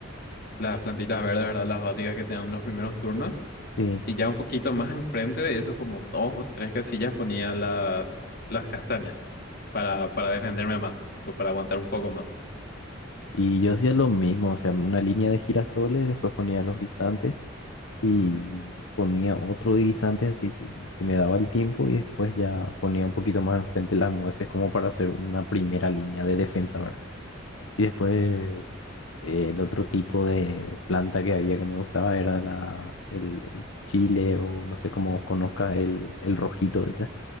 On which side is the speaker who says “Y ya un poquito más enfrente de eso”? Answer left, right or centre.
Left